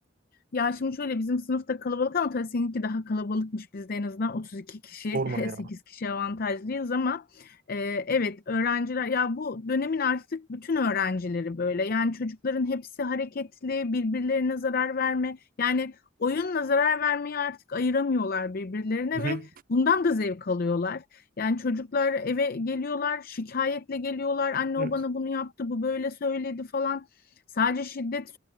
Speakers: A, on the left (about 50°); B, on the right (about 45°).
A: Ya şimdi şöyle bizim sınıfta kalabalık ama tabii seninki daha kalabalıkmış. Bizde en azından 32 kişi,
B: Sorma
A: <laughs>
B: ya.
A: 8 kişi avantajlıyız ama e, evet öğrenciler ya bu dönemin artık bütün öğrencileri böyle. Yani çocukların hepsi hareketli, birbirlerine zarar verme. Yani oyunla zarar vermeyi artık ayıramıyorlar birbirlerine
B: Hı hı.
A: ve bundan da zevk alıyorlar. Yani çocuklar eve geliyorlar, şikayetle geliyorlar. Anne
B: Evet.
A: o bana bunu yaptı, bu böyle söyledi falan. Sadece şiddet